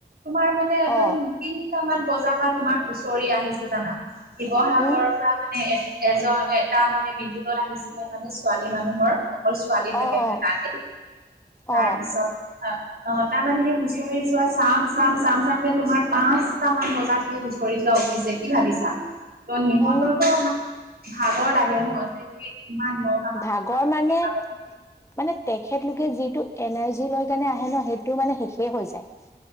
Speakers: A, on the right (about 60°); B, on the left (about 15°).
A: তোমাৰ মানে একদম
B: অ'।
A: তিনটা মান বজাৰ পৰা তোমাৰ হুঁচৰি আহিছে জানা। শিৱসাগৰৰ
B: উম,
A: পৰা মানে এ- এজ, এটা মানে বিহু দল আহিছিলে মানে ছোৱালী মানুহৰ। অকল ছোৱালী থাকে
B: অ',
A: মানে
B: অ',
A: তাত দেই। তাৰপিছত।
B: অ',
A: আ, অ তাৰমানে সেই হুঁচৰি যোৱা চাম-চাম, চাম-চামকে তোমাৰ পাঁচটা মান বজাত সেই হুঁ- চৰি যোৱা উঠিছে। কি ভাবিছা? ত' সিহঁতৰতো
B: উম,
A: ভাগৰ লাগে ন <unintelligible> নটামান
B: ভাগৰ
A: বজাত
B: মানে, মানে। তেখেতলোকে যিটো এনাৰ্জি লৈ কেনে আহে ন' সেইটো মানে শেষেই হৈ যায়।